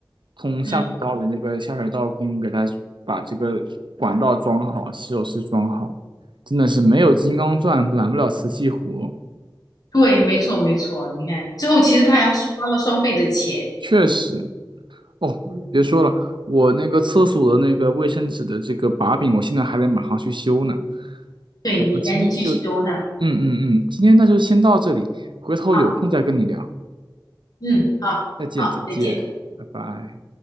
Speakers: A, on the right; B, on the left.
A: 通下水道的那个下水道工给他把这个管道装好，
B: 嗯，
A: 洗手池装好，真的是没有金刚钻揽不了瓷器活，
B: 嗯对，没错没错，你看最后其实他还花了双倍的钱。
A: 确实。
B: 嗯
A: 哦，
B: 嗯，
A: 别说了，我那个厕所的那个卫生纸的这个把柄，我现在还得马上去修呢。
B: 对你赶紧去修它
A: 我们今天就，嗯嗯嗯，今天那就先到这里，回头有空再跟你聊，
B: 啊。嗯，好好，
A: 再见再见，
B: 再见。
A: 拜拜。